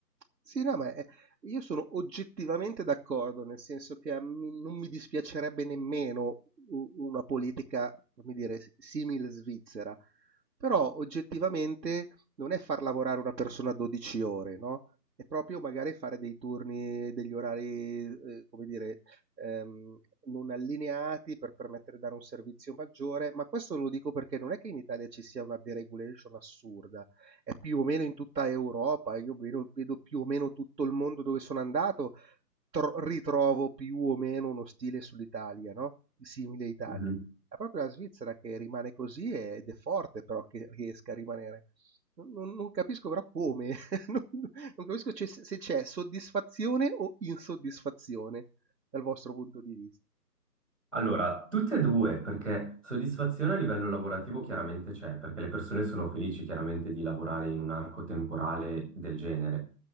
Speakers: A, on the right; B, in the centre.
A: Sì, no, ma, ehm, io sono oggettivamente d'accordo, nel senso che a mi non mi dispiacerebbe nemmeno u una politica, come dire, si simil Svizzera, però oggettivamente non è far lavorare una persona 12 ore, no, è proprio magari fare dei turni, degli orari, uhm, come dire, ehm, non allineati per permettere di dare un servizio maggiore, ma questo lo dico perché non è che in Italia ci sia una deregulation assurda è più o meno in tutta Europa, io vedo, vedo più o meno tutto il mondo dove sono andato, tro- ritrovo più o meno uno stile sull'Italia, no? Simile a Italia.
B: Mhm.
A: È proprio la Svizzera che rimane così ed è forte però che riesca a rimanere. Non, non capisco però come, <laughs> non, non capisco c'è- se c'è soddisfazione o insoddisfazione dal vostro punto di vista.
B: Allora, tutte e due, perché soddisfazione a livello lavorativo chiaramente c'è, perché le persone sono felici chiaramente di lavorare in un arco temporale del genere.